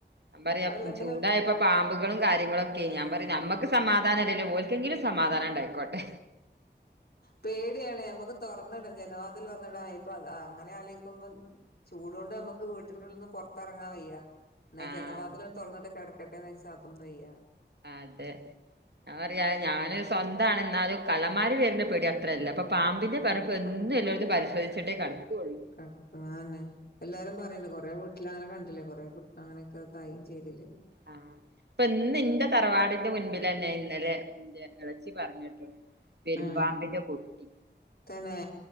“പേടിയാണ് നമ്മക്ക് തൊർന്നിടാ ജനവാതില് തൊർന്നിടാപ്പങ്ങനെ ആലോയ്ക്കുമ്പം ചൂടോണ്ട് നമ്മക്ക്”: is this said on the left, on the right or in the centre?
Left